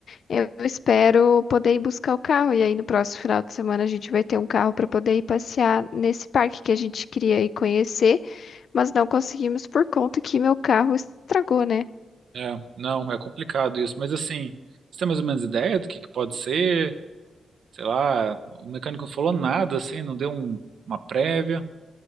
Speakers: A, on the left (about 65°); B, on the right (about 75°).
A: eu espero poder ir buscar o carro e aí no próximo final de semana a gente vai ter um carro para poder ir passear nesse parque que a gente queria ir conhecer, mas não conseguimos por conta que meu carro estragou, né?
B: É, não, é complicado isso. Mas assim, você tem mais ou menos ideia do que que pode ser? Sei lá, o mecânico não falou nada, assim, não deu um- uma prévia.